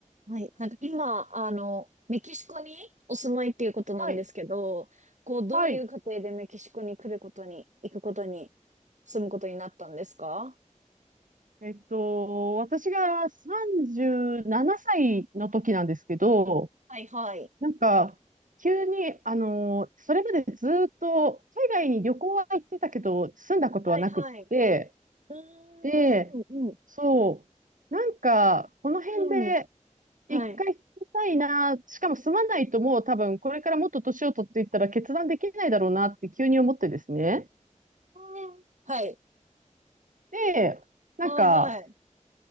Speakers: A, on the right; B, on the right.
A: はい。なんか今、あの、メキシコにお住まいっていうことなんですけど、
B: はい。
A: こう、どういう過程でメキシコに来ることに、
B: はい。
A: 行くことに、住むことになったんですか
B: えっと、私が37歳の時なんですけど、
A: はいはい。
B: なんか、急に、あの、それまでずっと海外に旅行は行ってたけど、住んだことはなくって、
A: はいはい。うーん、
B: で、
A: うん、うん、
B: そう、なんか、この辺で
A: うん。うん。はい。
B: 一回住みたいな、しかも住まないともう多分これからもっと年を取っていったら決断できないだろうなって急に思ってですね。
A: うんはい。
B: で、なんか、
A: はいはい。